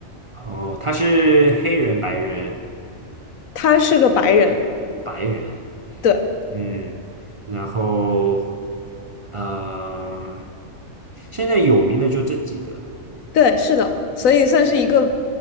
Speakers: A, on the right (about 40°); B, on the left (about 85°).
A: 哦，她是黑人、白人、
B: 他是个白人，
A: 白人。
B: 对，
A: 嗯，然后呃，现在有名的就这几个。
B: 对，是的，所以算是一个，